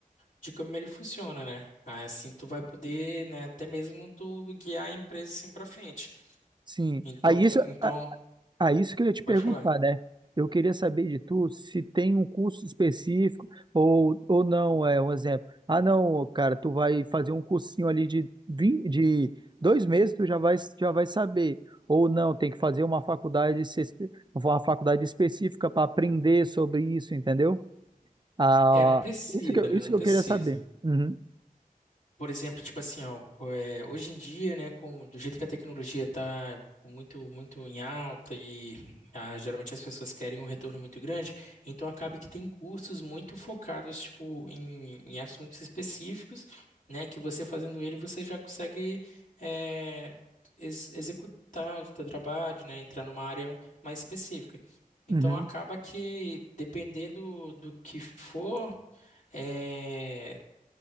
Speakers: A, on the left (about 60°); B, on the right (about 30°).
A: de como ele funciona, né? Ah, Assim tu vai poder, né, até mesmo tu guiar a empresa assim pra frente.
B: Sim.
A: Então,
B: Aí isso.
A: então,
B: Ah, isso que eu ia te perguntar,
A: pode falar.
B: né? Eu queria saber de tu se tem um curso específico ou, ou não, é um exemplo. Ah, não, cara, tu vai fazer um cursinho ali de, vin- de dois meses, tu já vai, já vai saber. Ou não, tem que fazer uma faculdade, se- uma faculdade específica para aprender sobre isso, entendeu? Ah,
A: É, não precisa,
B: isso que eu,
A: né?
B: isso
A: Não
B: que
A: precisa.
B: eu queria saber. Uhum,
A: Por exemplo, tipo assim, ó, pô, é, hoje em dia, né, com do jeito que a tecnologia tá muito muito em alta e ah, geralmente as pessoas querem um retorno muito grande, então acaba que tem cursos muito focados tipo em, em assuntos específicos, né, que você fazendo ele você já consegue é, ex- executar o seu trabalho, né, entrar numa área mais específica. Então
B: uhum.
A: acaba que dependendo do que for é,